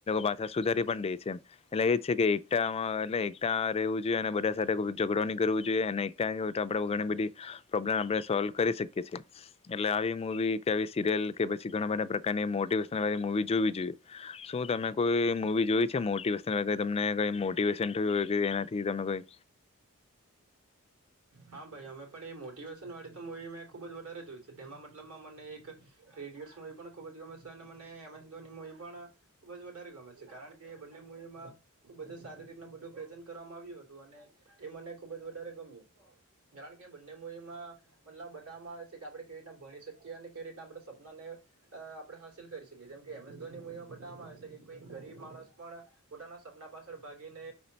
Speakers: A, on the left; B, on the right.
A: પાછા સુધારી પણ દે છે એટલે એ જ છે કે એક એટલે એક રહેવું જોઈએ અને બધા સાથે ઝઘડોણી કરવીું જોઈએ અને એકા હોય તો આપણે ઘણી બધી પ્રોબ્લેમ આપણે સોલ્વ કરી શકીએ છીએ એટલે આવી મુૂવી કે આવી સિરિયલ કે પછી ઘણા બધા પ્રકારની મોટિવેશનલ મવી જોવી જોઈએ શું તમે કોઈ મુૂવી જોઈ છે મોટિવેશનલ તમને કઈ મોટિવેશન થયું હોય કે એનાથી તમે કોઈ
B: હા ભાઈ અમે પણ એ મોટિવેશન વાળી તો મવી મેં ખુબ જ વધારે જોય છે તે મતલબમાં મને એકડય મવી પણ ખૂબ જ ગમે છે અને મનેસ ધોવી પણ ખુબ જ વધારે ગમે છે કારણ કે બને મવીમાં ખુબ જ સારી રીત બું પ્રેઝ કરવામાં આવ્યું હતું અને એ મને ખૂબ જ વધારે ગમ્યું કારણ કે બંને મૂવીમાં મતલબ બતાવવામાં આવે છે કે આપણે કેવી રીતના ભણી શકીએ અને કેવી રીતના આપણે સપનાને આપણે હાંિલ કરી શકીએ જેમ કે એમ એસ ધોની મૂવીમાં બતાવવામાં આવે છે કે કોઈક ગરીબ માણસ પણ પોતાના સપના પાછળ ભાગીને